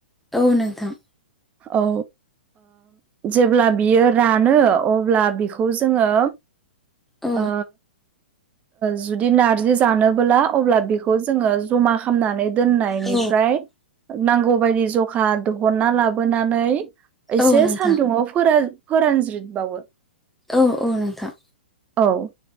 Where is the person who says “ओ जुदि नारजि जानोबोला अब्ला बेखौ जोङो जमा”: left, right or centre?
Right